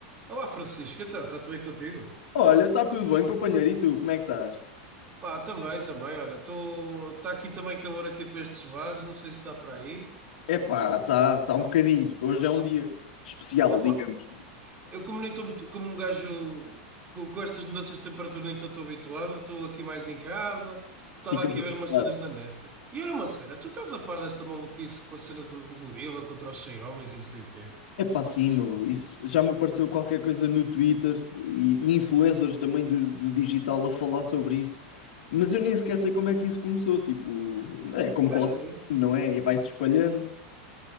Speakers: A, on the right; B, on the left.
A: Olá Francisco, então, está tudo bem contigo?
B: Olha, está tudo bem, companheiro? E tu, como é que estás?
A: Pá, também, também, olha, estou está aqui também calor aqui para estes lados, não sei se está para aí.
B: Epá, está tá tá um bocadinho. Hoje é um dia especial,
A: Opa,
B: digamos.
A: eu como nem estou muito- como um gajo co- com, estas mudanças de temperatura nem estou habituado, estou aqui mais em casa, estava
B: Ficas
A: aqui
B: bem
A: a ver
B: espantado.
A: umas cenas na net. E olha uma cena, tu estás a par desta maluquice com a cena do, do gorila contra os 100 homens e não sei o quê?
B: Epá, sim, meu. Isso já me apareceu qualquer coisa no Twitter e, e influencers também do, do digital a falar sobre isso. Mas eu nem sequer sei como é que isso começou. Tipo, é como
A: Pois
B: qualquer,
A: não é?
B: não é? E vai-se espalhando.